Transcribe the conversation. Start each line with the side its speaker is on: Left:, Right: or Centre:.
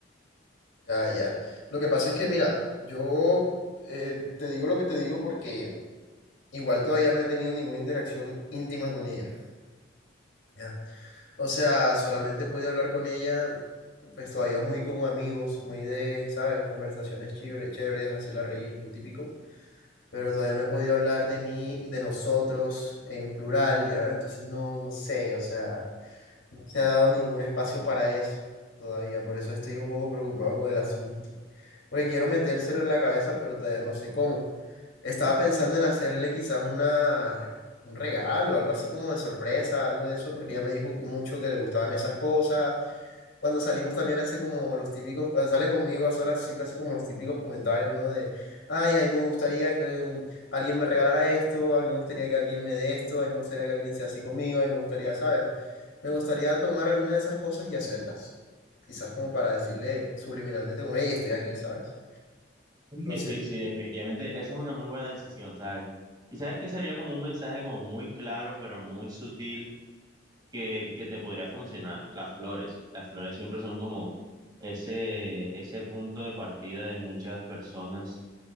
Left: Ya, ya. Lo que pasa es que, mira, yo eh, te digo lo que te digo porque igual todavía no he tenido ninguna interacción íntima con ella. Ya. O sea, solamente he podido hablar con ella, pues todavía muy como amigos, muy de, ¿sabes? Conversaciones chévere- chéveres, hacerla reír, lo típico. pero todavía no he podido hablar de mí, de nosotros en plural, ¿ya? Entonces no, no sé, o sea, no se ha dado ningún espacio para eso todavía, por eso estoy un poco preocupado con el asunto. Porque quiero metérselo en la cabeza, pero todavía no sé cómo. Estaba pensando en hacerle quizás una, un regalo, algo así como de sorpresa, algo de eso, porque ella me dijo mucho que le gustaban esas cosas cuando salimos también hace como los típicos, cuando sale conmigo a solas siempre hace como los típicos comentarios, ¿no? De, ay, a mí me gustaría que un- alguien me regalara esto, a mí me gustaría que alguien me dé esto, a mí me gustaría que alguien sea así conmigo, a mí me gustaría, ¿sabes? Me gustaría tomar alguna de esas cosas y hacerlas. Quizás como para decirle subliminalmente como, hey, estoy aquí, ¿sabes?
Right: Sí,
Left: No
Right: sí,
Left: sé.
Right: sí, definitivamente. Esa es una muy buena decisión, ¿sabes? Y sabes que sería como un mensaje como muy claro, pero muy sutil, que, que te podría funcionar. Las flores. Las flores siempre son como ese, ese punto de partida de muchas personas